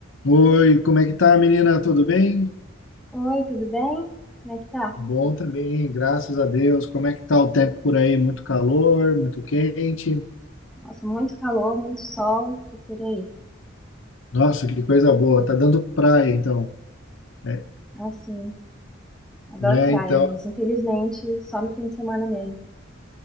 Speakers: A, on the left (about 70°); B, in the centre.
A: Oi, como é que tá, menina? Tudo bem?
B: Oi, tudo bem? Como é que tá?
A: Bom também, graças a Deus. Como é que tá o tempo por aí? Muito calor, muito quente.
B: Nossa, muito calor, muito sol e por aí.
A: Nossa, que coisa boa. Tá dando praia, então. É,
B: Assim, adoro
A: né?
B: praia,
A: Então,
B: mas infelizmente só no fim de semana mesmo.